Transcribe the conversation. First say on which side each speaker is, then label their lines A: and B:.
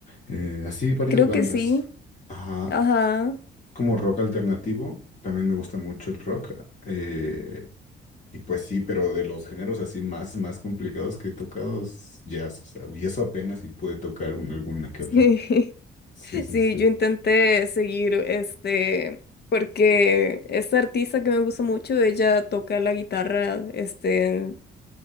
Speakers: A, on the left; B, on the left.
A: eh, así varias
B: creo
A: bandas.
B: que sí.
A: Ajá,
B: Ajá.
A: como rock alternativo, también me gusta mucho el rock. eh, y pues sí, pero de los géneros así más, más complicados que he tocado es jazz, o sea, y eso apenas si pude tocar una- alguna que
B: Sí,
A: otra. Sí,
B: <laughs>
A: sí,
B: sí,
A: sí.
B: yo intenté seguir este, porque esta artista que me gusta mucho, ella toca la guitarra este, en,